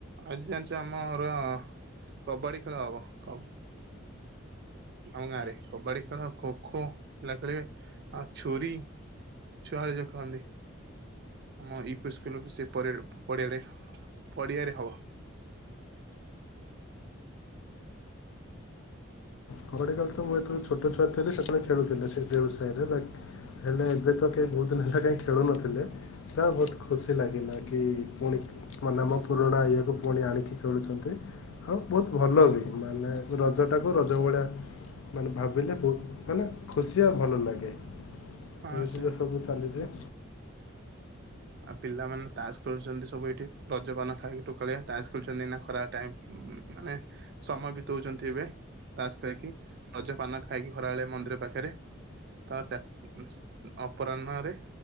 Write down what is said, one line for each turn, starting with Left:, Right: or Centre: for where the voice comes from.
Right: ଆଜି ଜାଣିଛ ଆମର କବାଡି ଖେଳ ହବ କବ୍ ଆମ ଗାଁରେ କବାଡି ଖେଳ ଖୋଖୋ ପିଲା ଖେଳିବେ ଆଉ ଛୁରୀ ଛୁଆ ଘରିକା ଯୋଉ ଖେଳନ୍ତି ଆମ ୟୁପି ସ୍କୁଲ ବି ସିଏ ପରେ ପ ପଡିଆ ଆଡେ। ପଡିଆରେ ହବ।
Left: କବାଡି ଖେଳ ତ ମୁଁ ଯେତେବେଳେ ଛୋଟ ଛୁଆ ଥେଲି ସେତବେଳେ ଖେଳୁଥେଲି ସେ ଦେଉରୁ ସାଇରେ ବାକ୍ ହେଲେ ଏବେ ତ କେହି ବୋହୁତ ଦିନ ହେଲା କାଇଁ ଖେଳୁ ନଥିଲେ ତ ବୋହୁତ ଖୁସି ଲାଗିଲା କି ପୁଣି ମୋ ନାମ ପୁରୁଣା ଇଏ କୁ ଫୁଣି ଆଣିକି ଖେଳୁଛନ୍ତି ଆଉ ବୋହୁତ ଭଲ ବି ମାନେ ରଜଟାକୁ ରଜ ଭଳିଆ ମାନେ ଭାବିଲେ ବୋହୁତ ମାନେ ଖୁସି ଆଉ ଭଲ ଲାଗେ।
Right: ହଁ
Left: ଏମିତି
Right: ସେ
Left: ତ ସବୁ ଚାଲିଚି।
Right: ଆଉ ପିଲାମାନେ ତାସ୍ ଖେଳୁଛନ୍ତି ସବୁ ଏଠି ରଜପାନ ଖାଇକି ଟୋକାଳିଆ ତାସ୍ ଖେଳୁଛନ୍ତି ଏଇନା ଖରା ଟାଇମ୍। ଉଁ ମାନେ ସମୟ ବିତଉଛନ୍ତି ଏବେ ତାସ ଖେଳିକି ରଜ ପାନ ଖାଇକି ଖରାବେଳେ ମନ୍ଦିର ପାଖେରେ। ତାପରେ ଚାର୍ ଉଁ ଉଁ ଅପରାହ୍ନରେ